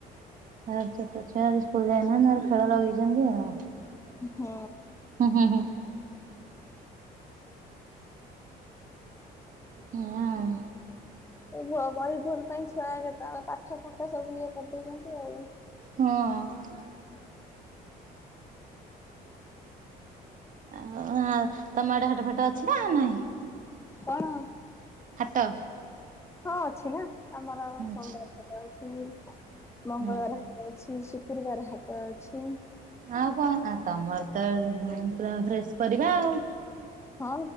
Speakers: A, on the right (about 50°); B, on the left (about 15°).
A: ଆଉ ଛୋଟ ଛୁଆ ଆଜି ସ୍କୁଲ ଯାଇନାହାନ୍ତି ତାଙ୍କ ଖେଳ ଲଗେଇଛନ୍ତି ଆଉ।
B: ହୁଁ।
A: ହୁଁ ହୁଁ ହୁଁ। ହୁଁ ଏୟା ଆଉ
B: ଏ ବ ବହି ଭୁଲ ପାଇଁ ଛୁଆ କେତ ପାଠ ଫାଠ ସବୁ ଇଏ କରିଦଉଛନ୍ତି ଆଉ।
A: ହଁ। ଆ ହାଉ ତମ ଆଡେ ହାଟ ଫାଟ ଅଛି ନା ନାଇ?
B: କଣ?
A: ହାଟ।
B: ହଁ ଅଛି ନା ଆମର
A: ଅଛି
B: ସଣ୍ଡେ ହାଟ ଅଛି। ମଙ୍ଗଳବାର
A: ହଁ।
B: ହାଟ ଅଛି ଶୁକ୍ରବାର ହାଟ ଅଛି।
A: ଆଉ କଣ ଆ ତମର ତ ପୁରା ଫ୍ରେଶ ପରିବା ଆଉ।
B: ହଁ